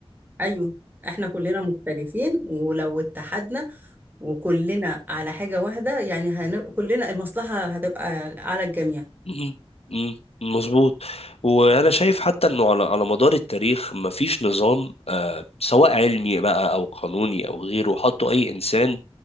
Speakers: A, on the right (about 20°); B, on the left (about 75°).
A: ايوه احنا كلنا مختلفين ولو اتحدنا وكلنا على حاجة واحدة يعني هن... كلنا المصلحة هتبقى على الجميع
B: مم. مم. مظبوط وانا شايف حتى انه على على مدار التاريخ مفيش نظام آه سواء علمي بقى او قانوني او غيره حطه اي انسان